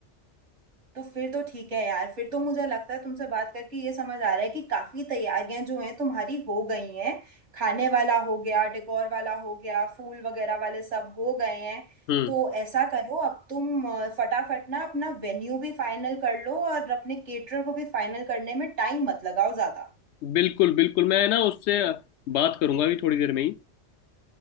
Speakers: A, on the right; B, on the left.
A: तो फिर तो ठीक है यार फिर तो मुझे लगता है तुमसे बात करके ये समझ आ रहा है कि काफी तैयारियां जो हैं तुम्हारी हो गई हैं खाने वाला हो गया डेकोर वाला हो गया फूल वगैरह वाले सब हो गए हैं
B: हम्म
A: तो ऐसा करो अब तुम अ, फटाफट ना अपना वेन्यू भी फाइनल कर लो और अपने केटरर को भी फाइनल करने में टाइम मत लगाओ ज्यादा
B: बिल्कुल बिल्कुल मैं ना उससे बात करूंगा अभी थोड़ी देर में ही